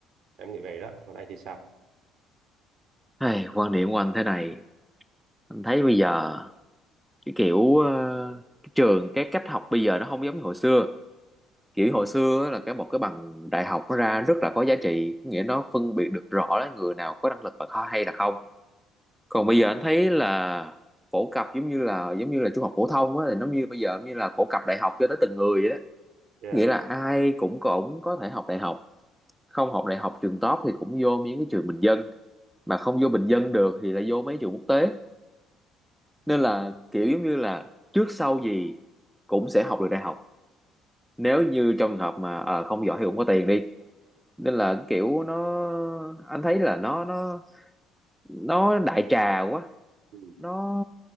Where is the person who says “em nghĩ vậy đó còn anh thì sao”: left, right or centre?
Right